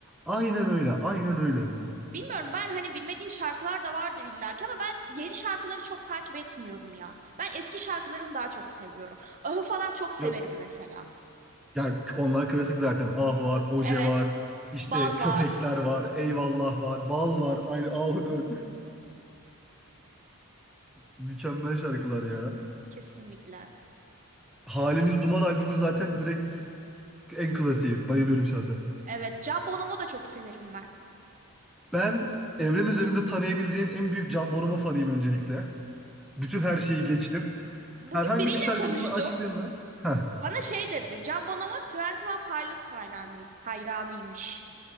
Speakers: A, in the centre; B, on the right.
A: Aynen öyle. Aynen öyle.
B: Bilmiyorum ben hani bilmediğim şarkılar da vardır illaki ama ben yeni şarkıları çok takip etmiyorum ya. Ben eski şarkılarını daha çok seviyorum. Ahı falan çok severim
A: Ya,
B: mesela.
A: ya onlar klasik zaten. Ah var, Oje
B: Evet,
A: var. işte
B: Bal
A: köpekler
B: var
A: var. Eyvallah var. Bal var. Ayrı ahu dön. <laughs> Mükemmel şarkılar ya.
B: kesinlikle.
A: Halimiz Duman albümü zaten direkt en klasiği. Bayılıyorum şahsen.
B: Evet, Can Bonomo da çok severim ben.
A: Ben evren üzerinde tanıyabileceğin en büyük Can Bonomo fanıyım öncelikle. Bütün her şeyi geçtim.
B: Bugün
A: Herhangi
B: biriyle
A: bir şarkısını
B: konuştum.
A: açtığında heh,
B: Bana şey dedi. Can Bonomo Twenty One Pilots hayranıyım, hayranıymış.